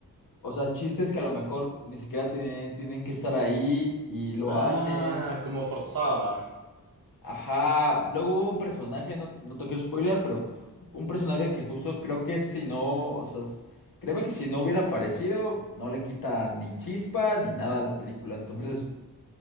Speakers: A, on the left; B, on the right.
A: O sea, chistes que a lo mejor ni siquiera tienen, tienen que estar ahí y lo
B: Ah,
A: hacen.
B: como forzada.
A: Ajá, luego hubo un personaje, no, no te quiero spoilear, pero un personaje que justo creo que si no, o sea, s- créeme que si no hubiera aparecido, no le quita ni chispa ni nada a la película, entonces,